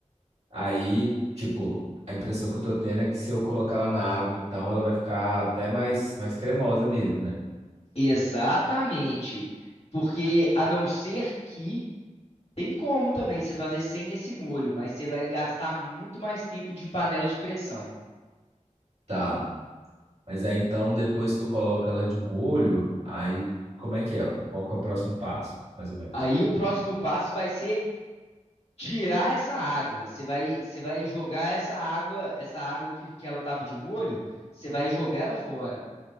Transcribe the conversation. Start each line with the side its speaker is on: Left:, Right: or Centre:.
Right: Aí, tipo, a impressão que eu tô tendo é que se eu colocar ela na água, então ela vai ficar até mais, mais cremosa mesmo, né?
Left: Exatamente. Porque a não ser que tem como também você fazer sem esse molho, mas você vai gastar muito mais tempo de panela de pressão.
Right: Tá. Mas aí então, depois que eu coloco ela de molho, aí como é que é? Qual que é o próximo passo, mais ou menos?
Left: Aí o próximo passo vai ser tirar essa água. Você vai, você vai jogar essa água, essa água que, que ela estava de molho, você vai jogar ela fora.